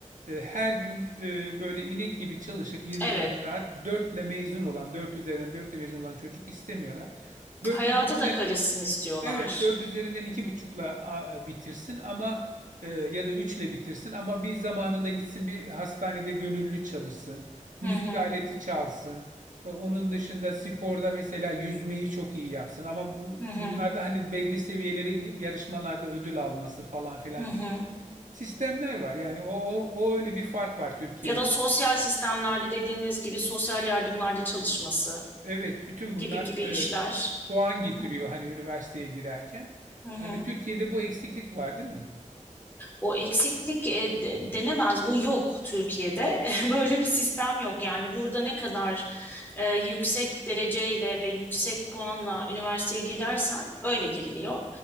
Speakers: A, on the right; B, on the left.
A: E, Her gün e, böyle inek gibi çalışıp 24
B: Evet.
A: saat 4 mezun olan, 4 üzerinden 4 mezun olan çocuk istemiyorlar. 4
B: Hayata
A: üzerinden
B: da karışsın istiyorlar.
A: Evet 4 üzerinden 2,5'la a, bitirsin ama e, ya da üçle bitirsin ama bir zamanında gitsin bir hastanede gönüllü çalışsın. Müzik
B: Hı hı
A: aleti çalsın. E, onun dışında sporda mesela yüzmeyi çok iyi yapsın ama bu,
B: hı hı.
A: bunlarda hani belli seviyelere girip yarışmalarda ödül alması falan filan
B: Hı hı.
A: gibi sistemler var. Yani o, o, o öyle bir fark var Türkiye
B: Ya
A: ile.
B: da sosyal sistemlerde dediğiniz gibi sosyal yardımlarda çalışması
A: Evet bütün bunlar
B: gibi gibi
A: e,
B: işler.
A: puan
B: Hı
A: getiriyor
B: hı.
A: hani üniversiteye girerken.
B: Hı hı.
A: Hani Türkiye'de bu eksiklik var değil mi?
B: O eksiklik e, de- denemez. Bu yok Türkiye'de. <laughs> Böyle bir sistem yok. Yani burada ne kadar e, yüksek dereceyle ve yüksek puanla üniversiteye girersen öyle giriliyor.